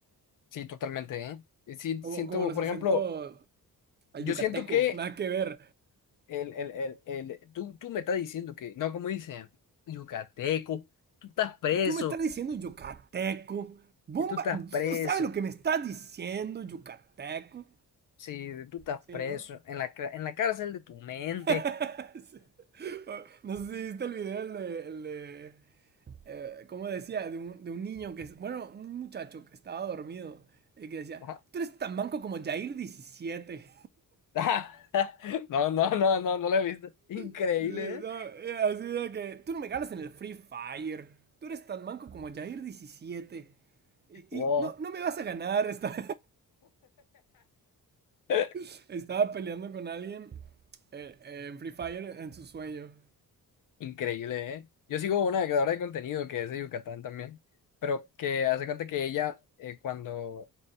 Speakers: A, on the left (about 55°); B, on the right (about 30°).
A: Sí, totalmente, ¿eh? Y Sí,
B: Como,
A: siento,
B: como los
A: por
B: acentos
A: ejemplo,
B: al
A: yo
B: yucateco,
A: siento que
B: nada que ver.
A: el, el, el, el, tú, tú me estás diciendo que, no, como dicen, yucateco, tú estás preso,
B: Tú me estás diciendo yucateco. Bomba,
A: tú estás
B: tú
A: preso.
B: no sabes lo que me estás diciendo, yucateco.
A: Si tú estás
B: Sí,
A: preso
B: ¿no?
A: en la, cra- en la cárcel de tu mente.
B: <laughs> Sí. No sé si viste el video, el de, el de eh, como decía, de un, de un niño que, bueno, un muchacho que estaba dormido y que decía,
A: Ajá.
B: tú eres tan manco como Jair diecisiete
A: <laughs> No, no, no, no, no lo he visto. Increíble,
B: <laughs> no,
A: ¿eh?
B: eh, así de que, tú no me ganas en el Free Fire, tú eres tan manco como Jair diecisiete Y,
A: Wow.
B: y no, no me vas a ganar, Está-
A: <laughs>
B: <laughs> estaba peleando con alguien eh, eh, en Free Fire en su sueño.
A: Increíble, ¿eh? Yo sigo una creadora de contenido que es de Yucatán también, pero que hace cuenta que ella, eh, cuando,